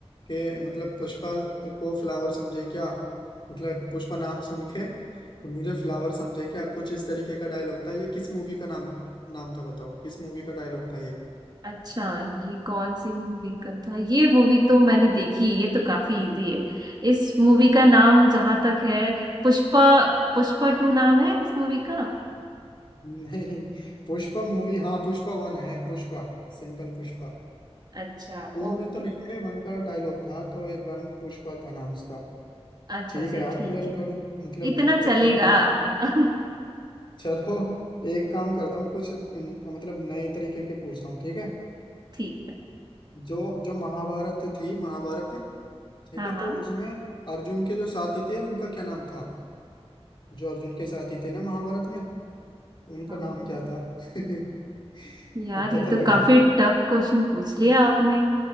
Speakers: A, on the left; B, on the right.
A: कि मतलब पुष्पा को फ्लावर समझे क्या मतलब पुष्पा नाम सुन के तो मुझे फ्लावर समझे क्या कुछ इस तरीके का डायलॉग था ये किस मूवी का नाम नाम था बताओ किस मूवी का डायलॉग था ये
B: अच्छा ये कौन सी मूवी का था ये मूवी तो मैंने देखी ये तो काफी इजी है इस मूवी का नाम जहां तक है पुष्पा पुष्पा टू नाम है इस मूवी का
A: नहीं पुष्पा मूवी हाँ पुष्पा वन है पुष्पा सिंपल पुष्पा
B: अच्छा
A: टू
B: ओके
A: में तो नहीं था ये वन का डायलॉग था तो एक वन पुष्पा था नाम इसका
B: अच्छा
A: ठीक
B: अच्छा
A: है यार
B: ठीक
A: तो यार
B: है
A: थोड़ी मतलब
B: इतना
A: देख
B: चलेगा
A: करके लग
B: <laughs>
A: चलो एक काम करता हूँ कुछ अम, मतलब नए तरीके के पूछता हूँ ठीक है
B: ठीक है
A: जो जो महाभारत थी महाभारत ठीक
B: हाँ
A: है
B: हाँ
A: तो उसमें अर्जुन के जो साथी थे उनका क्या नाम था जो अर्जुन के साथी थे ना महाभारत में उनका
B: अम्म,
A: नाम क्या था <laughs>
B: यार
A: अब
B: ये
A: पता
B: तो
A: लगेगा
B: काफी टफ क्वेश्चन पूछ लिया आपने